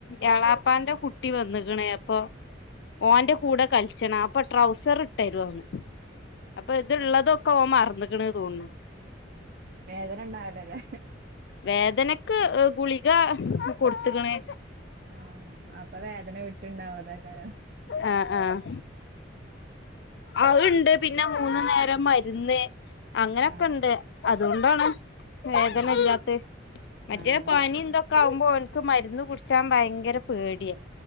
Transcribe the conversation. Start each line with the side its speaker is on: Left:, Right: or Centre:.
Left: ഏളാപ്പാന്റെ കുട്ടി വന്ന്ക്ണ് പ്പം ഓന്റെ കൂടെ കളിച്ചണം അപ്പ ട്രൗസറ്ട്ടരോന്ന് അപ്പ ത്ള്ളതൊക്കെ ഓൻ മറ്ന്ന്ക്ക്‌ണ് തോന്ന്ണ്
Right: വേദന ണ്ടാവലല്ലേ
Left: വേദനക്ക് ഗുളിക കൊടുത്ത്‌ക്ക്‌ണ്
Right: ആഹ് അപ്പ വേദന വിട്ട്ണ്ടാവു അതാക്കാരം
Left: ആഹ് ആഹ് അഹ്ണ്ട് പിന്നെ മൂന്ന് നേരം മര്ന്ന് അങ്ങനെക്കെ
Right: ആഹ്
Left: ണ്ട് അത്കൊണ്ടാണ് വേദനല്ലാ
Right: ആഹ്
Left: മറ്റേ
Right: ആഹ്
Left: പനി ന്തൊക്കെ ആകുമ്പോ ഓൻക്ക് മരുന്ന് കുട്ച്ചാ ഭയങ്കര പേടിയാ